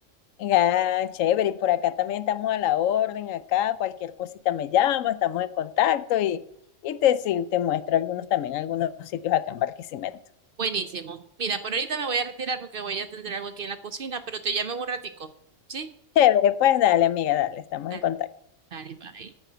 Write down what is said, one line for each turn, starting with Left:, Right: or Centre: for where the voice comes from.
Left: Ah, chévere. Y por acá también estamos a la orden, acá cualquier cosita me llama, estamos en contacto y, y te, sí, te muestro algunos también, algunos sitios acá en Barquisimeto.
Right: Buenísimo. Mira, por ahorita me voy a retirar porque voy a tener algo aquí en la cocina, pero te llamo en un ratico. ¿Sí?
Left: Chévere, pues dale, amiga, dale, estamos
Right: Dale.
Left: en contacto.
Right: Dale, bye.